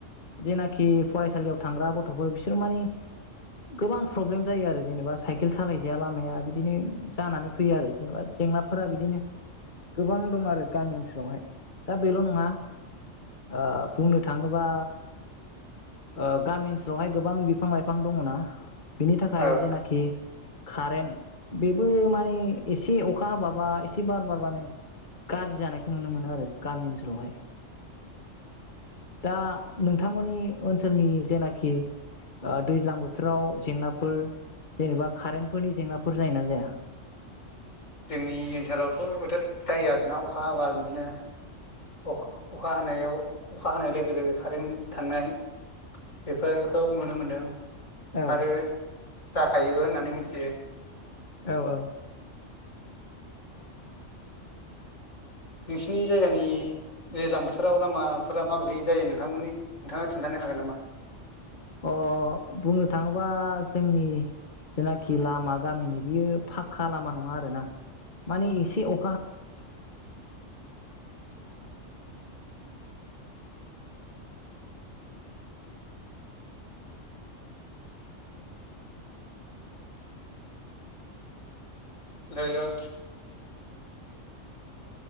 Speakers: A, on the left; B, on the left.
A: जेनाखि फरायसालियाव थांग्रा ग थ'फोर बिसोर मानि गोबां प्रब्लेम जायो आरो जेनेबा साइकेल सालायजाया लामाया बिदिनो जानानै फैयो आरो जेनेबा जेंनाफोरा बिदिनो गोबां दं आरो गामि ओनसोलावहाय। दा बेल' नङा ओ बुंनो थाङोबा ओ गामि ओनसो लावहाय गोबां बिफां लाइफां दङना। बिनि थाखाय
B: औ
A: जेनाखि कारेन्ट बेबो माने एसे अखा हाबाबा एसे बार बारबानो गाज्रि जानायखौ नुनो मोनो आरो गामि ओनसोलावहाय दा नोंथांमोननि ओनसोलनि जेना खि ओ दैज्लां बोथोराव जेंनाफोर जेनेबा कारेन्टफोरनि जेंनाफोर जायोना जाया?
B: जोंनि ओनसोलावथ' बोथोर जायो आरोना अखा हाबा बिदिनो अख-अखा हानायाव अखा हानाय लोगो लोगो कारेन्ट थांनाय बेफोरखौ नुनो मोनदों।
A: औ
B: आरो जाखायो बो होननानै मिथियो।
A: औ औ।
B: नोंसिनि जायगानि दैज्लां बोथोराव लामाफोरा माबोरै जायो नोंथांमोननि नोंथाङा खिन्थानो हागोन नामा?
A: अ बुंनो थाङोबा जोंनि जेनाखि लामा गामिनि बियो फाखका लामा नङा आरोना। माने एसे अखा हा
B: हेल' हेल' हेल'